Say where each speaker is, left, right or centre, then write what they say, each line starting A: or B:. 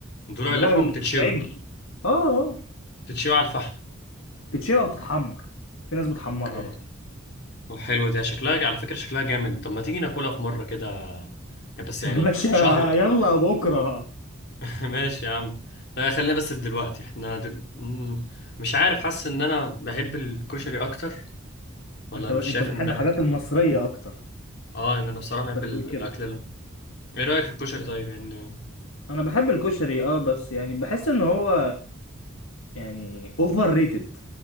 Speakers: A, on the left; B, on the left.
A: ضلوع
B: ضلوع
A: اللحمه بتتشوي
B: العجل اه اه
A: بتتشوي على الفحم
B: تتشيل او تتحمر في ناس بتحمرها
A: اوكي
B: برضه
A: وحلوه دي شكلها على فكره شكلها جامد طب ما تيجي ناكلها في مره كده يعني
B: <laughs>
A: بس يعني
B: يا باشا
A: شهر
B: يلا بكره
A: <laughs> ماشي يا عم لا خلينا بس في دلوقتي احنا دل... مم، مش عارف حاسس ان انا بحب الكشري اكتر ولا
B: انت انت
A: مش شايف
B: بتحب
A: ان
B: الحاجات المصريه اكتر
A: اه ان انا بصراحه
B: قصدك
A: بحب ال-
B: تقول كده
A: الاكل ال- ايه رايك في الكشري طيب يعني
B: انا بحب الكشري اه بس يعني بحس ان هو يعني اوفر ريتد